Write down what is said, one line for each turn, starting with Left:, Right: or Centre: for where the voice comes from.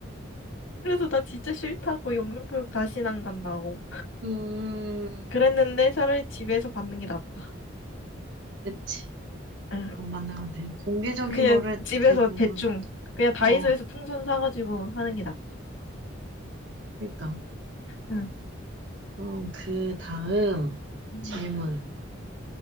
Left: 그래서 나 진짜 싫다고 영등포역 다시는 안 간다고.
Right: 응. 음,
Left: 그랬는데 차라리 집에서 받는 게 낫다.
Right: 그치.
Left: 응.
Right: 그건 맞는 것 같아. 공개적인
Left: 그냥
Right: 거를
Left: 집에서
Right: 대부분,
Left: 대충 그냥 다이소에서
Right: 어,
Left: 풍선 사가지고 하는 게 낫다.
Right: 그러니까.
Left: 응.
Right: 그럼 그 다음
Left: 음.
Right: 질문.